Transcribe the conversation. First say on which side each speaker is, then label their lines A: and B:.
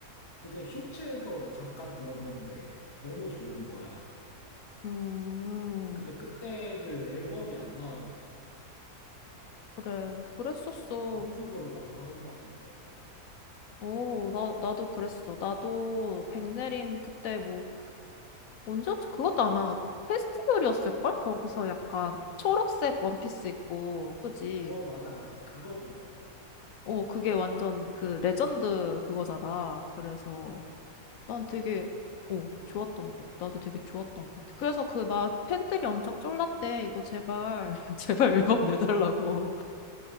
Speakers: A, on the left; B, on the left.
A: 근데 쇼츠에서 잠깐 들었는데 너무 좋은 거야.
B: 음.
A: 근데 그때는 앨범이 안 나와가지고
B: 그래. 그랬었어.
A: 그 유튜브로 막 다운받고 그랬었는데.
B: 오 나 나도 그랬어. 나도 백내린 그때 뭐 언제였지? 그것도 아마 페스티벌이었을 걸? 거기서 약간 초록색 원피스 입고. 그지?
A: 어, 맞아, 맞아. 그거 본 것 같아, 나도.
B: 어, 그게 완전 그 레전드 그거잖아. 그래서
A: 어,
B: 난 되게 어, 좋았던 것 같아. 나도 되게 좋았던 것 같아. 그래서 그 막 팬들이 엄청 쫄랐대. 이거 제발, <laughs> 제발 앨범 내달라고.